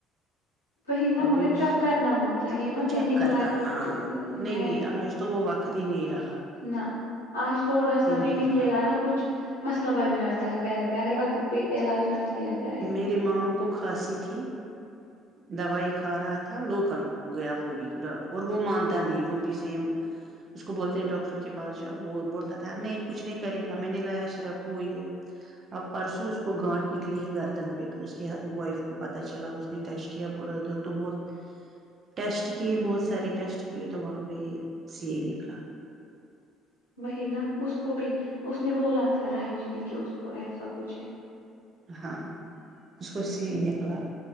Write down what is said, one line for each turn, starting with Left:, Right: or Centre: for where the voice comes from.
Left: بی نا
Right: ابھی
Left: مگر
Right: اس
Left: چیک کرنا ہوتا یہ مت ہے
Right: چیک
Left: نکلا
Right: کرنا
Left: ہے کچھ
Right: ہاں
Left: تو
Right: نہیں
Left: ہے
Right: نہیں <unintelligible> ص وقتی نییرا
Left: نہ آج تھوڑا سا بھی
Right: نہیں
Left: نکلے
Right: رہا
Left: گا نا کچھ مسئلہ بن جاتا ہے بیید میں اگر وقت پہ علاج نہ کیا جائے گا
Right: میرے ماموں کو کھانسی تھی دوائی کھا رہا تھا لوکل گیا وہ بھی اور وہ مان نہیں وہ بھی سیم اس کو بولتے ہیں ڈاکٹر کے پاس جاؤ وہ بولتا تھا نہیں کچھ نہیں کرے گا میں نے لایا شرف وہ یہ ہے اب پرسوں اس کو گانٹ نکلی ہے گردن پہ تو اس کی وائف کو پتا چلا اس نے ٹچ کیا ب ادھر تو بہت ٹیسٹ کی بہت سارے ٹیسٹ یہ تو وہاں پہ سے نکلا
Left: وہی نا اس کو بھی اس نے بولا تھا راہی جی نے کہ اس کو ایسا کچھ ہے
Right: ہاں اس کو سی نکلا